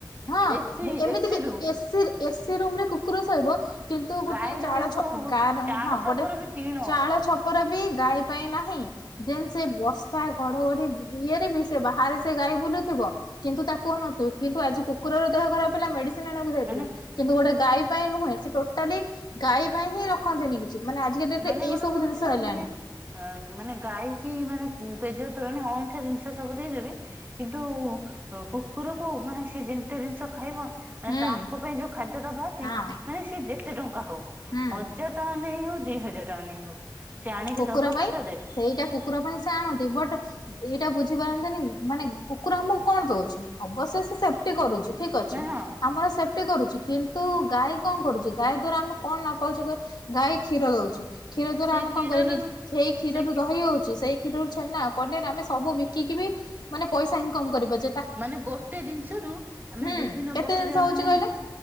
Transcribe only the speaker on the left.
ହଁ
ଏମିତି
କି
ଏ ସି ରେ ଏ ସିି ରୁମ ରେ କୁକୁର ଶୋଇବ। କିନ୍ତୁ ଗୋଟେ
ଚାଳ ଛ ଗାର
ହଁ
ଗୋଟେ
ଚାଳ ଛ ପର ବି ଗାଈ ପାଇଁ ନାହିଁ। ଦେନ୍ ସେ ବର୍ଷା ଘଡଘଡି ଇଏରେ ବି ସେ ବାହାରେ ସେ ଗାଈ ବୁଲୁଥିବ। କିନ୍ତୁ ତାକୁ ଅନୋଉଥିବେ କିନ୍ତୁ ଆଜି କୁକୁର ର ଦେହ ଖର ହେଲା ମେଡି ସିନ ଆଣିବାକୁ ଯାଇ
ପାରିବ କିନ୍ତୁ ଗୋଟେ ଗାଈ ପାଇଁ ନୁହେ ଟୋଟାଲି ଗାଈ ପାଇଁ ହିଁ ର ରଖନ୍ତିନି କିଛି ମାନେ ଆଜିକା ଡେଟ
ରେ ଏଇସବୁ
ଜିନିଷ
ହେଲାଣି।
ହୁଁ
ହଁ
ହୁଁ।
କୁକୁର
ପାଇଁ
ସେଇଟା କୁକୁର ପାଇଁ ସେ ଆଣନ୍ତି ବଟ ଏଇଟା ବୁଝିପାରନ୍ତିନି ମାନେ କୁକୁର ଆମକୁ କଣ ଦଉଛି ଅବଶ୍ୟ ସେ ସେଫଟି କରୁଚି। ଠିକ ଅଛି
ଆମର ସେ ପଟି କରୁଛି କିନ୍ତୁ ଗାଈ କଣ କରୁଛି ଗାଈ ଦ୍ଵାରା ଆମେ କଣ ନ ପାଉଚୁ କହି ଗାଈ କ୍ଷୀର ଦଉଛି କ୍ଷୀର ଦ୍ଵାରା
ଆମେ
କଣ କରିବା ନି ସେଈ କ୍ଷୀରରୁ
ଦହି ହୋଉଚି ସେଇ କ୍ଷୀରରୁ ଛେନା ପନିର ଆମେ ସବୁ ବିକିକି ବି ମାନେ ପଇସା ଇନକମ କରିପାରୁ
ହୁଁ
କେତେ
ଜିନିଷ ହଉଛି
କହିଲେ